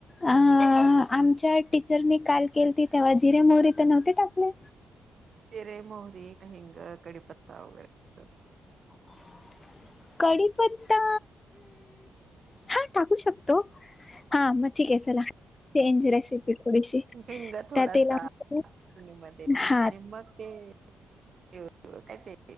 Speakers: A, on the left; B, on the right.
A: अ आमच्या टीचरने काल केलत तेव्हा जिरे मोहरी तर नव्हती टाकले.
B: जिरे, मोहरी, हिंग, कडीपत्ता वगैरे अस
A: <inaudible> कडीपत्ता हा टाकू शकतो. हा मग ठीक आहे चल चेंज रेसिपी. थोडीशी
B: हिंग थोडासा
A: त्या तेलामध्ये
B: फोडणीमध्ये
A: हा
B: आणि मग ते आणि मग ते काय